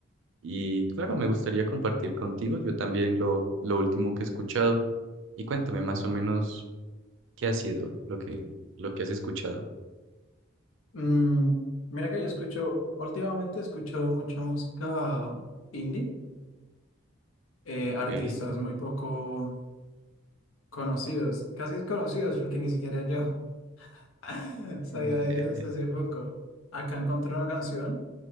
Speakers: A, on the right (about 65°); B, on the left (about 80°).
A: y claro, me gustaría compartir contigo yo también lo, lo último que he escuchado. Y cuéntame más o menos qué ha sido lo que, lo que has escuchado.
B: Mm, mira que yo escucho, últimamente escucho mucha música indie, eh, artistas
A: Ok.
B: muy poco conocidos, casi desconocidos porque ni siquiera yo. <laughs> Sabía
A: <laughs>
B: de ellos hasta hace poco. Acá encontré una canción